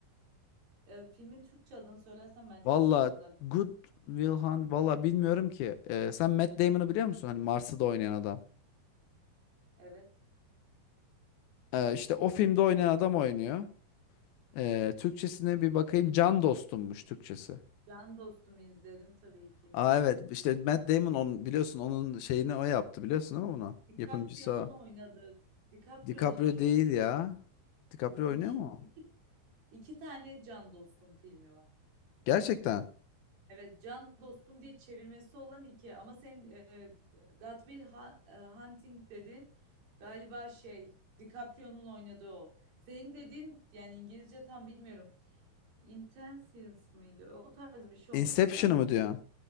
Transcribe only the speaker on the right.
Ee, filmin Türkçe adını söylersen bence
o şekilde. ak-
Evet.
Can Dostum'u izledim tabii ki.
DiCaprio'nun
oynadığı DiCaprio'nun
oynadığı
iki
iki,
iki tane Can Dostum filmi var.
Evet, Can Dostum diye çevirmesi olan iki ama sen e, God Will Ha- e, Hunting dedin galiba şey DiCaprio'nun oynadığı o. Senin dediğin yani İngilizce tam bilmiyorum. Intentions mıydı? O tarz bir şey
olması lazım.